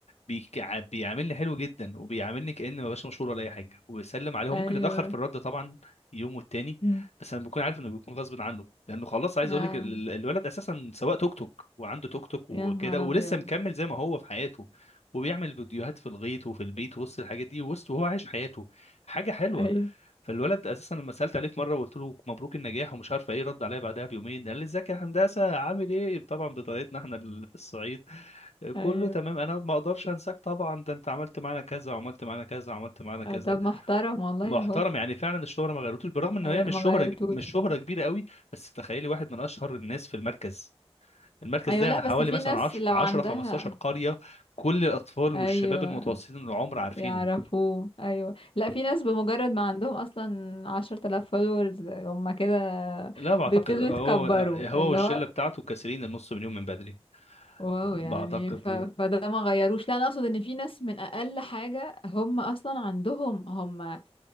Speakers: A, on the left; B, on the left.
A: بيك- ع- بيعاملني حلو جدا وبيعاملني كأني ما بقاش مشهور ولا اي حاجه ويسلم عليه هو
B: ايوه
A: ممكن يتاخر في الرد طبعا يوم والتاني
B: مم.
A: بس انا بكون عارف انه بيكون غصب عنه لانه خلاص عايز
B: اه
A: اقول لك ال- ال- الولد اساسا سواق توك توك وعنده توك توك وكده
B: يا نهار
A: ولسه
B: ابيض
A: مكمل زي ما هو في حياته وبيعمل فيديوهات في الغيط وفي البيت وسط الحاجات دي وسط وهو عايش حياته حاجه حلوه
B: ايوه
A: فالولد اساسا لما سالت عليه في مره وقلت له مبروك النجاح ومش عارف ايه رد عليا بعدها بيومين قال لي ازيك يا هندسه عامل ايه طبعا بطريقتنا احنا ال- <laughs> في الصعيد
B: ايوه
A: كله تمام انا ما اقدرش انساك طبعا ده انت عملت معانا كذا وعملت معانا كذا وعملت معانا كذا
B: آه، طب محترم والله
A: محترم
B: اهو
A: يعني فعلا الشهره ما غيرتوش بالرغم ان
B: أيوة
A: هي مش
B: ما
A: شهره
B: غيرتوش
A: مش شهره كبيره قوي بس تخيلي واحد من اشهر الناس في المركز المركز
B: ايوه
A: ده يعني
B: لا بس
A: حوالي
B: في
A: مثلا
B: ناس
A: 10
B: لو
A: 10
B: عندها
A: 15 قريه كل الاطفال
B: ايوه
A: والشباب المتوسطين العمر عارفينه
B: يعرفوه ايوه لا في ناس بمجرد ما عندهم اصلا عشرة آلاف فولورز هم كده
A: لا بعتقد
B: بيبتدوا
A: هو
B: يتكبروا
A: هو
B: اللي
A: والشله
B: هو
A: بتاعته كاسرين النص مليون من بدري
B: واو يعني
A: بعتقد
B: ف...
A: لا
B: فده ما غيروش لا انا اقصد ان في ناس من اقل حاجة هم اصلا عندهم هم